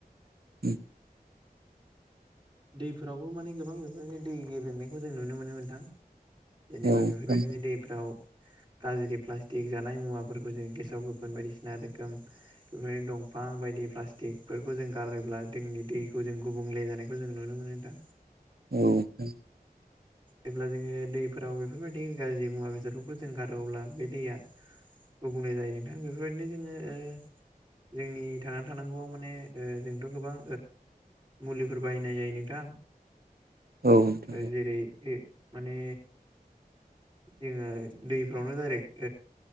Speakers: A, on the right; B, on the right.
A: उम
B: दैफोरावबो माने गोबां बेफोरबायदि दै गेबेंनायखौ जों नुनो मोनो मोनो नोंथां। जेनेबा
A: औ नोंथां औ नोंथां
B: बेफोरबायदिनो दैफोराव गाज्रि प्लास्टिक जानाय मुवाफोरखौ जों गेसाव गोफोन बायदिसिना रोखोम बेफोरनो दं। बिफां बायदि प्लास्टिकफोरखौ जों गारोब्ला जोंनि दैखौ जों गुबुंले जानाय बेखौ जों नुनो मोनो दा।
A: औ नोंथां
B: जेब्ला जोङो दैफोराव बेफोरबायदि गाज्रि मुवा बेसादफोरखौ जों गारो अब्ला बे दैया गुबुंनाय जायो नोंथां बेफोरबायदिनो जोङो जोंनि थांना थानांगौआव माने जोंथ' गोबां मुलिफोर बाहायनाय जायो नोंथां।
A: औ नोंथां
B: ओ जेरै माने जोङो दैफ्रावनो डाइरेक्ट